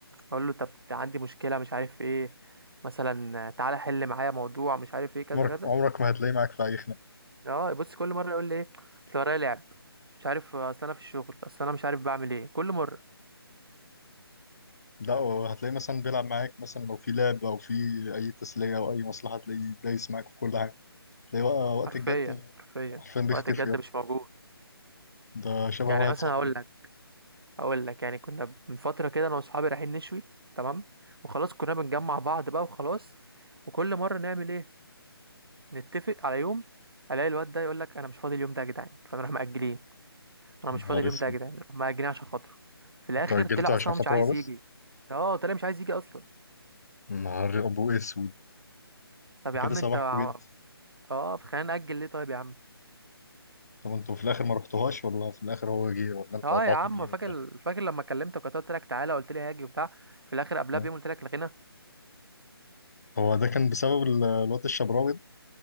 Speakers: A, on the right; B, on the left.
A: اقول له طب عندي مشكله مش عارف ايه مثلا تعالى حل معايا موضوع مش عارف ايه كذا
B: عمرك
A: كذا
B: عمرك ما هتلاقيه معاك في اي خناقه
A: اه بص كل مره يقول لي ايه اصل ورايا لعب مش عارف اصل انا في الشغل اصل انا مش عارف بعمل ايه كل مره
B: لا هو هتلاقيه مثلا بيلعب معاك مثلا لو في لعب او في اي تسليه او اي مصلحه تلاقيه دايس معاك في كل حاجه تلاقيه بقى وقت
A: حرفيا
B: الجد
A: حرفيا
B: حرفيا بيختفي
A: وقت الجد
B: يابا.
A: مش موجود
B: ده شبه
A: يعني
B: واحد
A: مثلا
B: صاحبي
A: هقول لك اقول لك يعني كنا من فتره كده انا واصحابي رايحين نشوي تمام وخلاص كنا بنجمع بعض بقى وخلاص وكل مره نعمل ايه نتفق على يوم الاقي الواد ده يقول لك انا مش فاضي اليوم ده يا جدعان فنروح مأجلين انا
B: نهار
A: مش فاضي اليوم
B: اسود
A: ده يا جدعان نروح مأجلين عشان خاطره في الاخر
B: انتوا اجلتوا
A: طلع اصلا
B: عشان خاطر
A: هو مش عايز
B: هو بس
A: يجي اه طلع مش عايز يجي اصلا
B: نهار ابو اسود
A: طب
B: ده
A: يا
B: كده
A: عم
B: صباحكوا
A: انت ع-
B: جدا
A: اه طب خلينا نأجل ليه طيب يا عم
B: طب انتوا في الاخر ما رحتوهاش ولا في الاخر هو جه ولا انتوا
A: اه
B: قطعتوا
A: يا عم
B: بيه
A: فاكر
B: ولا
A: فاكر لما كلمتك وقتها قلت لك تعالى قلت لي هاجي وبتاع في الاخر قبلها
B: إيه؟
A: بيوم قلت لك لغينا
B: هو ده كان بسبب ال- الواد الشبراوي ده